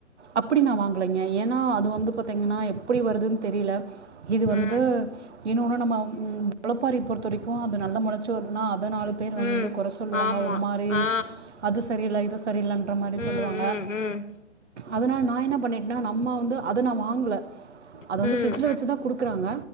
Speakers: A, on the right; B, on the left.
A: அப்படி நா வாங்கலைங்க ஏன்னா அது வந்து பாத்திங்கன்னா எப்படி வருதுன்னு தெரில இது
B: ம்,
A: வந்து இன்னொன்னு நம்ம மொளப்பாரிய பொறுத்த வரைக்கு அது நல்லா மொளச்சி வரலனா அத நாலு பேர் வந்து
B: ம்.
A: கொர சொல்லுவாங்க
B: ஆமா.
A: ஒரு மாரி
B: ஆ.
A: அது சரியில்ல இது சரியில்லன்ற மாரி
B: ம்,
A: சொல்லுவாங்க
B: ம், ம்
A: அதனால் நா என்ன பண்ணீட்னா நம்ம வந்து அத நா வாங்கல அத
B: ம்,
A: வந்து பிரிஜ்ல வெச்சுதா குடுக் குறாங்க